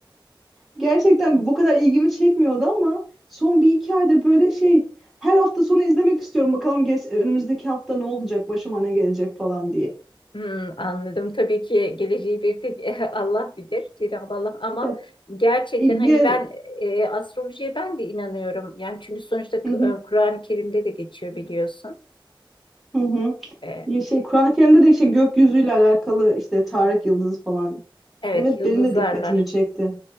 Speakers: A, in the centre; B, on the left.
A: gerçekten bu kadar ilgimi çekmiyordu ama son bir iki ayda böyle şey her hafta sonu izlemek istiyorum. Bakalım geç, önümüzdeki hafta ne olacak, başıma ne gelecek falan diye.
B: Hmm, anladım. Tabii ki geleceği bir tek <laughs> Allah bilir, Cenab-ı Allah. Ama
A: Ya,
B: gerçekten
A: yine...
B: hani ben e, astrolojiye ben de inanıyorum. Yani çünkü sonuçta
A: Hı
B: K-
A: hı,
B: e, Kur'an-ı Kerim'de de geçiyor biliyorsun.
A: hı hı.
B: E,
A: Ya şey Kur'an-ı Kerim'de de işte gökyüzüyle alakalı işte Tarık Yıldızı falan.
B: evet,
A: Evet
B: yıldızlarlar.
A: benim de dikkatimi çekti.